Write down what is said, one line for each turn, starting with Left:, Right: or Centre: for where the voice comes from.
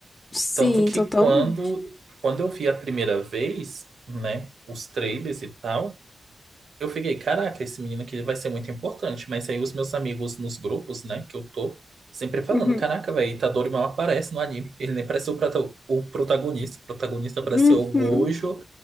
Left: Sim,
Right: Tanto que
Left: totalmente.
Right: quando, quando eu vi a primeira vez, né, os trailers e tal. Eu fiquei, caraca, esse menino aqui vai ser muito importante. Mas aí os meus amigos nos grupos, né, que eu tô, sempre falando,
Left: Uhum.
Right: caraca, velho, Itadori mal aparece no anime. Ele nem parece o, prota- o protagonista. O protagonista parece
Left: Uhum.
Right: ser o Gojo